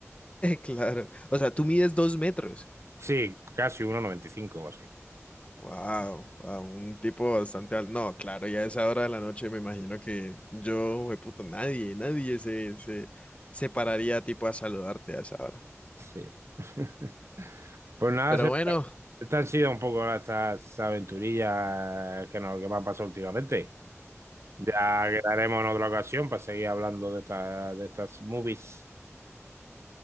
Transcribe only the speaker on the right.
Sí, casi 1,95 o así.
Sí. <laughs> Pues nada,
Sergio,
estas han sido un poco estas aventurillas que, nos, que me han pasado últimamente. Ya quedaremos en otra ocasión para seguir hablando de esta- de estas movies.